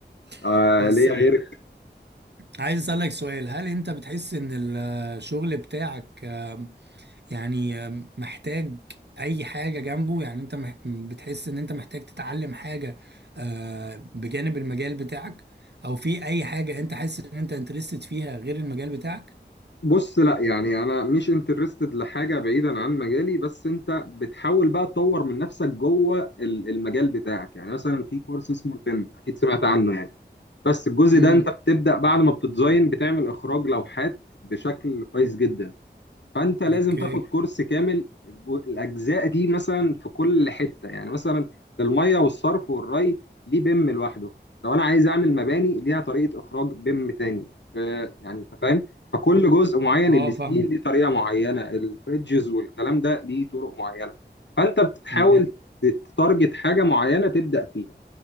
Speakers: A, on the left; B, on the right.
A: آه
B: <laughs> بس
A: ليا غيرك
B: عايز أسألك سؤال هل أنت بتحس إن الشغل بتاعك آم، يعني آم، محتاج أي حاجة جنبه يعني أنت مح- بتحس إن أنت محتاج تتعلم حاجة آه، بجانب المجال بتاعك أو في أي حاجة أنت حاسس إن أنت انترستد فيها غير المجال بتاعك؟
A: بص لا يعني انا مش انترستد لحاجه بعيدا عن مجالي بس انت بتحاول بقى تطور من نفسك جوه ال- المجال بتاعك يعني مثلا في كورس اسمه الفن اكيد سمعت عنه يعني بس الجزء
B: امم
A: ده انت بتبدا بعد ما بتديزاين بتعمل اخراج لوحات بشكل كويس جدا فانت لازم
B: أوكي
A: تاخد كورس كامل الجو- الاجزاء دي مثلا في كل حته يعني مثلا الميه والصرف والري ليه بيم لوحده لو انا عايز اعمل مباني ليها طريقه اخراج بيم تاني ف- يعني انت فاهم فكل جزء معين
B: أه
A: الستيل
B: فاهم
A: ليه طريقه معينه البريدجز والكلام ده ليه طرق معينه فانت بتحاول
B: تمام
A: تتارجت حاجه معينه تبدا فيها